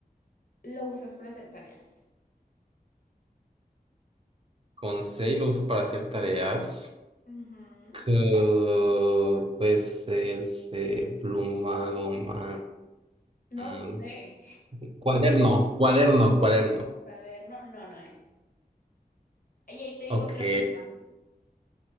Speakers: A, on the left; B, on the right.
A: lo usas para hacer tareas.
B: Con C lo uso para hacer tareas.
A: Ujú.
B: que puede ser C, pluma, goma,
A: No
B: am,
A: sé.
B: cuaderno, cuaderno, cuaderno.
A: Cuaderno, no, no es. Y ahí te digo
B: Ok.
A: otra pista.